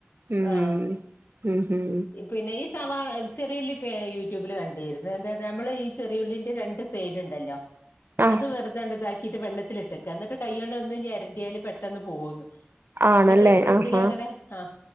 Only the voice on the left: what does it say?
ആഹ്
പിന്നെ ഈ സവാ ചെറിയുള്ളി പേ യൂട്യൂബില് കണ്ടിരുന്നു എന്ത നമ്മള് ഈ ചെറിയുള്ളിന്റെ രണ്ട് സൈഡ്ണ്ടല്ലോ
അത് വെറുതേണ്ട്താ ക്കീട്ട് വെള്ളത്തിലിട്ടെക്കാ ന്നട്ട് കയ്യോണ്ടൊന്ന് ഞരടിയാല് പെട്ടെന്ന് പോകുംന്ന്
ന്നട്ട് ഫ്രിഡ്ജിലങ്ങനെ
ആഹ്